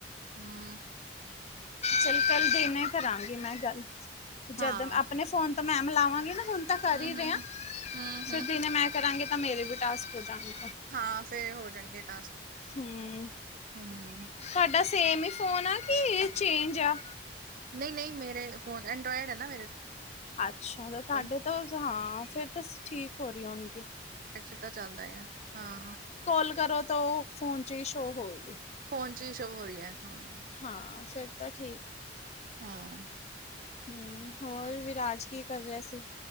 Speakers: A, on the right; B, on the left.
A: ਹੂੰ
B: ਚੱਲ, ਕਲ ਦਿਨੇ ਕਰਾਂਗੀ ਮੈਂ ਗੱਲ,
A: ਹਾਂ,
B: ਜਦ ਆਪਣੇ ਫੋਨ ਤਾਂ ਮੈਮ ਲਾਵਾਂਗੀ ਨਾ ਹੁਨ ਤਾਂ ਕਰ
A: ਹੂੰ-ਹੂੰ।
B: ਹੀ ਰਹੇ ਆਂ,
A: ਹੂੰ-ਹੂੰ,
B: ਫਿਰ ਦਿਨੇ ਮੈਂ ਕਰਾਂਗੀ, ਤਾਂ ਮੇਰੇ ਵੀ ਟਾਸਕ ਹੋ ਜਾਣਗੇ।
A: ਹਾਂ, ਫਿਰ ਹੋ ਜਾਣਗੇ ਟਾਸਕ।
B: ਹੂੰ,
A: ਹੂੰ।
B: ਸਾਡਾ ਸੇਮ ਹੀ ਫੋਨ ਆ, ਕਿ ਚੇਂਜ ਆ?
A: ਨਹੀਂ-ਨਹੀਂ, ਮੇਰੇ ਫੋਨ ਐਂਡਰੋਇਡ ਐ, ਨਾ ਮੇਰੇ
B: ਅੱਛਾ, ਤਾਂ ਤਹਾਡੇ
A: ਕੋਲ
B: ਤੋਂ, ਹਾਂ। ਫਿਰ ਤਾਂ ਠੀਕ ਹੋ ਰਈ ਹੋਣਗੀ।
A: ਇੱਥੇ ਤਾਂ ਚੱਲਦਾ ਯਾ, ਹਾਂ।
B: ਕੋਲ ਕਰੋ ਤੋ ਉਹ ਫੋਨ'ਚ ਹੀ, ਸ਼ੋਅ ਹੋਊਗੀ।
A: ਫੋਨ'ਚ ਈ ਸ਼ੋ ਹੋ ਰਹੀ ਹੈ, ਹਾਂ।
B: ਹਾਂ ਫੇਰ ਤਾਂ ਠੀਕ।
A: ਹਾਂ
B: ਹੂੰ ਹੋਰ ਵਿਰਾਜ ਕੀ ਕਰ ਰਿਹਾ ਸੀ?